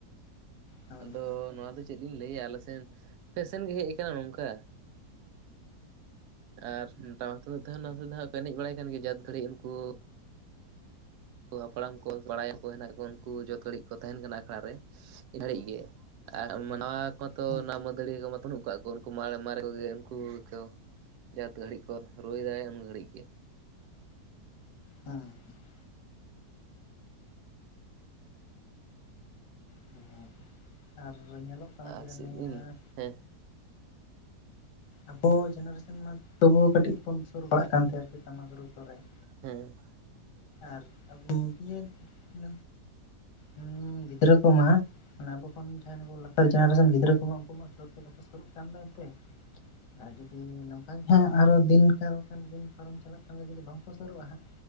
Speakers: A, on the left (about 85°); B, on the right (about 75°).
A: ᱦᱳᱭ
B: ᱟᱫᱚ
A: ᱦᱳᱭ
B: ᱱᱚᱣᱟ ᱫᱚ ᱪᱮᱫ ᱞᱤᱧ ᱞᱟᱹᱭᱟ ᱟᱞᱮ ᱥᱮᱱ ᱯᱷᱮᱥᱮᱱ ᱜᱮ ᱦᱮᱡ ᱟᱠᱟᱱᱟ ᱠᱟᱱᱟ ᱱᱚᱝᱠᱟ ᱾ ᱟᱨ ᱴᱟᱢᱟᱠ ᱛᱩᱱᱫᱟᱜ ᱛᱮᱦᱚᱸ ᱱᱟᱥᱮ ᱫᱚ ᱦᱟᱸᱜ ᱠᱚ ᱮᱱᱮᱡ ᱵᱟᱲᱟᱭ ᱠᱟᱱ ᱜᱮᱭᱟ ᱡᱟᱛ ᱜᱷᱟᱹᱲᱤᱡ ᱩᱱᱠᱩ ᱦᱟᱯᱲᱟᱢ ᱠᱚ ᱵᱟᱲᱟᱭᱟᱠᱚ ᱦᱮᱱᱟᱜ ᱠᱚᱣᱟ ᱩᱱᱠᱩ ᱡᱚᱛ ᱜᱷᱟᱹᱲᱤᱡ ᱠᱚ ᱛᱟᱦᱮᱱ ᱠᱟᱱᱟ ᱟᱠᱷᱲᱟ ᱨᱮ ᱜᱷᱟᱹᱲᱤᱡ ᱜᱮ, ᱟᱨ ᱢᱟᱱᱟᱣᱟ ᱠᱚ ᱛᱚ
A: ᱦᱮᱸ
B: ᱱᱚᱣᱟ ᱢᱟᱹᱫᱟᱹᱲᱤᱭᱟᱹ ᱠᱚᱢᱟ ᱵᱟᱹᱱᱩᱜ ᱟᱠᱟᱫ ᱠᱚᱣᱟ ᱩᱱᱠᱩ ᱢᱟᱲ ᱢᱟᱨᱮ ᱠᱚᱜᱮ ᱩᱱᱠᱩ ᱜᱮᱠᱚ ᱡᱟᱛ ᱜᱷᱟᱹᱲᱤᱡ ᱠᱚ ᱨᱩᱭᱫᱟᱭ ᱩᱱ ᱜᱷᱟᱹᱲᱤᱡ ᱜᱮ ᱾
A: ᱦᱩᱸ ᱦᱩᱸ ᱾ ᱦᱩᱸ ᱟᱨ ᱧᱮᱞᱚᱜ ᱠᱟᱱᱟ ᱪᱮᱫᱟᱜ
B: ᱟᱨ ᱥᱮᱫ
A: ᱱᱤᱭᱟᱹ
B: ᱤᱧ ᱦᱮᱸ ᱾
A: ᱟᱵᱚ ᱡᱮᱱᱮᱨᱮᱥᱚᱱ ᱢᱟ ᱛᱚᱵᱩ ᱠᱟᱹᱴᱤᱡ ᱵᱚᱱ ᱥᱩᱨ ᱵᱟᱲᱟᱜ ᱠᱟᱱ ᱛᱟᱦᱮᱸ ᱟᱨᱠᱤ ᱴᱟᱢᱟᱠ ᱨᱩ ᱠᱚᱨᱮ ᱾
B: ᱦᱮᱸ ᱾
A: ᱟᱨ ᱟᱹᱵᱩ <unintelligible> ᱡᱟᱦᱟᱸ ᱮᱸ ᱩᱸ ᱜᱤᱫᱽᱨᱟᱹ ᱠᱩᱢᱟ ᱚᱱᱮ ᱟᱹᱵᱩ ᱠᱷᱚᱱ ᱡᱟᱦᱟᱭ ᱱᱩᱠᱩ ᱟᱹᱵᱩ ᱞᱟᱛᱟᱨ ᱡᱮᱱᱮᱨᱮᱥᱚᱱ ᱜᱤᱫᱽᱨᱟᱹ ᱠᱩᱢᱟ ᱩᱝᱠᱩ ᱢᱟ ᱥᱩᱨ ᱜᱮ ᱵᱟᱠᱚ ᱥᱩᱨᱩᱜ ᱠᱟᱱ ᱫᱚ ᱮᱱᱛᱮᱜ ᱾ ᱟᱨ ᱡᱩᱫᱤ ᱱᱚᱝᱠᱟ ᱜᱮ ᱦᱟᱸᱜ ᱟᱨᱚ ᱫᱤᱱ ᱠᱟᱞ <unintelligible> ᱫᱤᱱ ᱯᱟᱨᱚᱢ ᱪᱟᱞᱟᱜ ᱠᱷᱟᱱ ᱡᱩᱫᱤ ᱵᱟᱝ ᱠᱚ ᱥᱳᱨᱳᱜ-ᱟ ᱦᱟᱸᱜ!